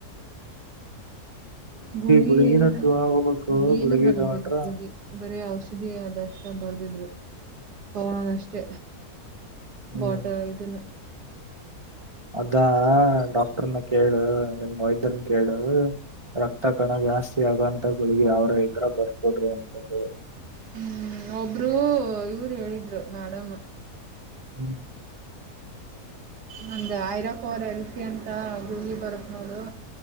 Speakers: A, on the right; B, on the right.
A: ಗುಳಗಿ
B: ಗುಳಗಿನ
A: ಏನು
B: ತಗೋಬೇಕು
A: ಏನು
B: ಗುಳಗಿ
A: ಬಂದದ
B: ತಗೊಂಡ್ರ
A: ಹುಳ್ಗಿ ಬರ ಯಾವ ಔಷದಿ ಅದಷ್ಟ ಬರ್ದಿದ್ರು ತಗಳದಷ್ಟೇ
B: ಹ್ಮ್
A: ಬೋಟ ಇನ್ನು
B: ಅದಾ ಡಾಕ್ಟರ್ನು ಕೇಳು ನಿಮ್ ವೈದ್ಯರನು ಕೇಳು ರಕ್ತ ಕಣ ಜಾಸ್ತಿ ಆಗೋಂತ ಗಿಗೆ ಯಾವರ ಇದ್ರ ಬರ್ಕೊಡ್ರಿ ಅಂತಂದ
A: ಹ್ಮ್ ಒಬ್ರು ಇವ್ರು ಹೇಳಿದ್ರು ಮೇಡಮ್
B: ಹ್ಮ
A: ನಂದ ಐರಪ್ಪ ಅವರ ರೀತಿ ಅಂತ ಗೂಗಿ ಬರುತ್ ನೋದು